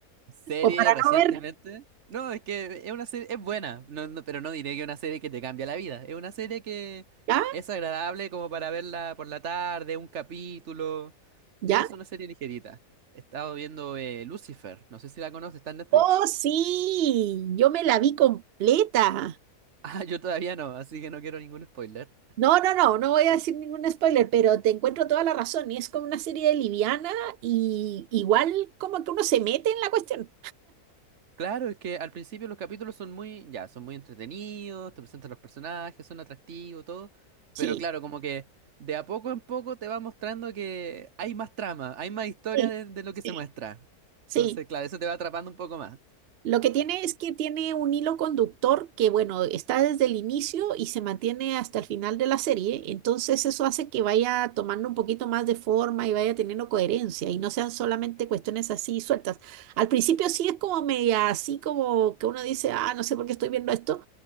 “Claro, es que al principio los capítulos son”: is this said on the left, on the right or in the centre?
Right